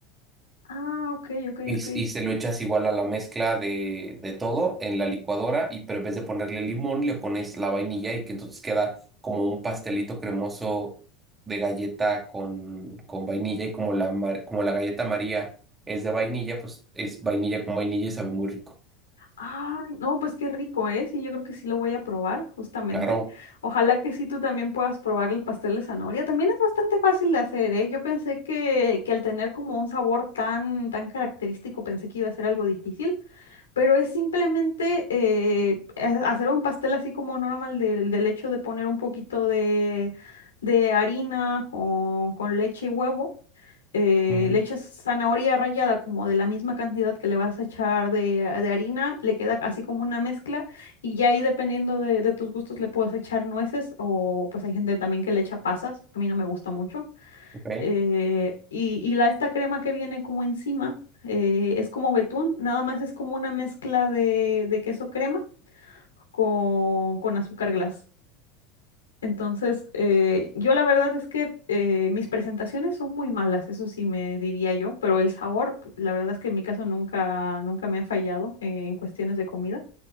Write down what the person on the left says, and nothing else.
Ah, ok, ok,
ok.
Ay, no, pues qué rico, ¿eh? Sí, yo creo que sí lo voy a probar, justamente.
Ojalá que sí tú también puedas probar el pastel de zanahoria. También es bastante fácil de hacer, ¿eh? Yo pensé que, que al tener como un sabor tan, tan característico, pensé que iba a ser algo difícil, pero es simplemente eh, ha- hacer un pastel así como normal del, del hecho de poner un poquito de, de harina con, con leche y huevo. eh,
le echas zanahoria rallada como de la misma cantidad que le vas a echar de, de harina, le queda así como una mezcla y ya ahí dependiendo de, de tus gustos le puedes echar nueces o pues hay gente también que le echa pasas, a mí no me gusta mucho
eh, y, y la, esta crema que viene como encima eh, es como betún, nada más es como una mezcla de, de queso crema con, con azúcar glass. Entonces, eh, yo la verdad es que eh, mis presentaciones son muy malas, eso sí me diría yo, pero el sabor, la verdad es que en mi caso nunca, nunca me ha fallado eh, en cuestiones de comida.